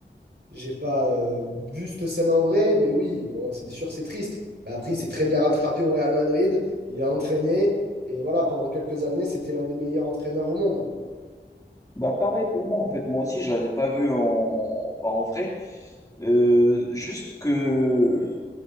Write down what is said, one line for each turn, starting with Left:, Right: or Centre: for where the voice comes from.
Right: j'ai pas euh, vu cette scène en vrai. Mais oui, bon, c'est sûr, c'est triste. Mais après, il s'est très bien rattrapé au Real Madrid. Il a entraîné et voilà, pendant quelques années, c'était l'un des meilleurs entraîneurs au monde.
Left: Bah pareil pour moi en fait moi aussi je l'avais pas vu en bah, en vrai Euh, juste que